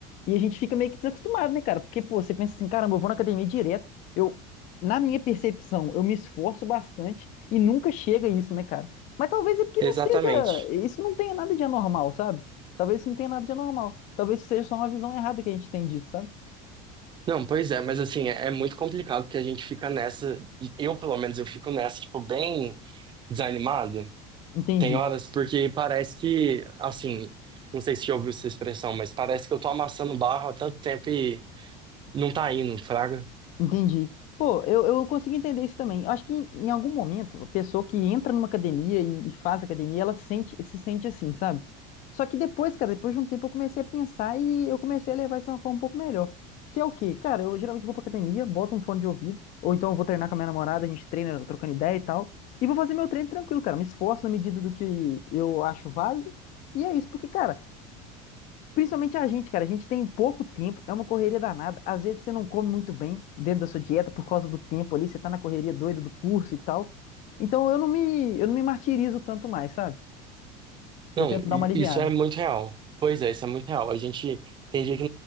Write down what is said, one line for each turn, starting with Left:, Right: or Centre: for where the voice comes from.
Left: E a gente fica meio que desacostumado, né, cara? Porque, pô, você pensa assim, caramba, eu vou na academia direto. Eu, na minha percepção, eu me esforço bastante e nunca chega isso, né, cara? Mas talvez é porque
Right: Exatamente.
Left: não seja. Isso não tenha nada de anormal, sabe? Talvez isso não tenha nada de anormal. Talvez isso seja só uma visão errada que a gente tem disso, sabe?
Right: Não, pois é, mas assim, é, é muito complicado porque a gente fica nessa, e eu pelo menos, eu fico nessa, tipo, bem desanimado.
Left: Entendi.
Right: Tem horas porque parece que, assim, não sei se já ouviu essa expressão, mas parece que eu tô amassando barro há tanto tempo e não tá indo, fraga.
Left: Entendi. Pô, eu, eu consigo entender isso também. Eu acho que em, em algum momento, a pessoa que entra numa academia e, e faz academia, ela sente, se sente assim, sabe? Só que depois, cara, depois de um tempo eu comecei a pensar e eu comecei a levar isso de uma forma um pouco melhor. Que é o quê? Cara, eu geralmente vou pra academia, boto um fone de ouvido, ou então eu vou treinar com a minha namorada, a gente treina, trocando ideia e tal, e vou fazer meu treino tranquilo, cara. Me esforço na medida do que eu acho válido, e é isso, porque, cara. Principalmente a gente, cara, a gente tem pouco tempo, é uma correria danada. Às vezes você não come muito bem dentro da sua dieta por causa do tempo ali, você tá na correria doida do curso e tal. Então eu não me, eu não me martirizo tanto mais, sabe? Eu
Right: Não,
Left: tento
Right: i-
Left: dar uma aliviada.
Right: isso é muito real. Pois é, isso é muito real. A gente tem dia que